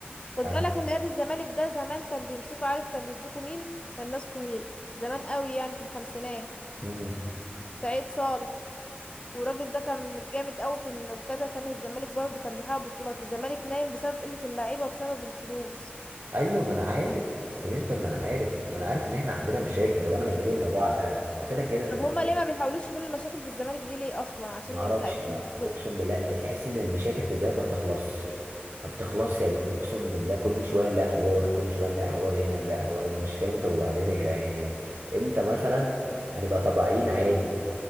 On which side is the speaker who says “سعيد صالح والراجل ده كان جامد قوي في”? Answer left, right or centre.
Left